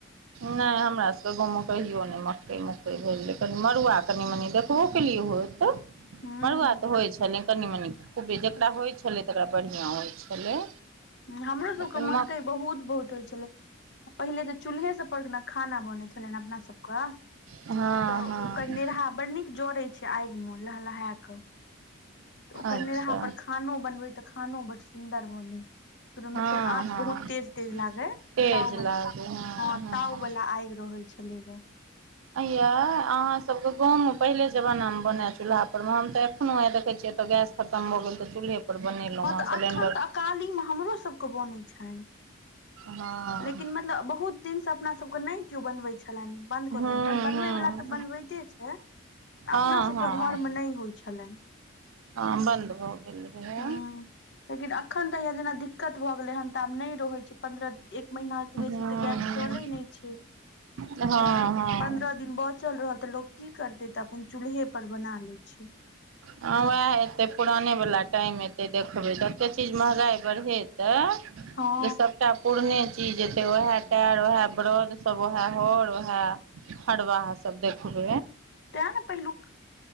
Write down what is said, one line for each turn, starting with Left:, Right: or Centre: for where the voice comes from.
Right: नहि हमरा सबके गाँवमे कहियो नहि मक्कइ मकइ भेलै कनि मड़ुआ कनि मनि देखबो केलियए होते
Left: हूँ
Right: मरआ त होइ छै लि कनी मनी खूबे जकरा होइत छलै तकरा बढ़िआं होइत छलै
Left: हमरो
Right: लेकिन
Left: सबके मकई
Right: म
Left: बहुत बहुत होइ छलै पहिनेे तऽ चूल्हे सब पर ने खाना बनै छलनि अपना सबके
Right: हँ
Left: तऽ
Right: हँ
Left: ओकर नेहा बड़ नीक जड़ैत छै आग मे लहलहा कऽ तऽ ओकरने
Right: अच्छा
Left: रह पर खानो बनबै तऽ खानो बड सुन्दर बनै मतलब
Right: हँ
Left: आँच
Right: हँ
Left: बहुत तेज तेज लागे त
Right: तेज
Left: ब
Right: लागै हँ
Left: ह
Right: हँ
Left: त वला आगि रहै छलै ग
Right: ये अहाँ सबके गाँवमे पहिले जमानामे बन चूल्हाप पर मे हम तऽ एखनो आ देखै छियै तऽ गैस खतम हो गेल त चूलहे पर बनेलहुँ
Left: हँ तऽ
Right: सिलेंडर
Left: अखन तऽ अकाली मे हमरो सब के बन छनि
Right: हँ
Left: लेकिन मतलब बहुत दिन से अपना सबके नहि केो बनबे छलनि बंद कऽ
Right: हूँ
Left: देलकनि बनबे
Right: हूँ
Left: वालला तऽ बनबते छै
Right: हँ
Left: अपनासभके
Right: हँ हँ
Left: घरमे नहि होइत छलैन
Right: हँ बन्द हो गेल ल जे
Left: हूँ लेकिन एखन तऽ जेना दिक्कत भऽ गेलै हन तऽ आब नहि रहैत छै पन्द्रह एक महिना से बेसी
Right: हूँ
Left: तऽ गैस चले नहि छै
Right: हँ
Left: तऽ
Right: हँ
Left: पन्द्रह दिन चल रहल तऽ लोक की करते तऽ अपन चूल्हे पर बना ले छै
Right: हँ वएह एेतै पुरानेवला टाइम एतै देखबै ततेक चीज महँगाइ बढ़ेतै
Left: हँ
Right: ई सब तऽ पुरने चीज एेते वएह टार वएह ब्रद सब वएह हर वएह हरवहा सब देखब
Left: तें ने पहिलुक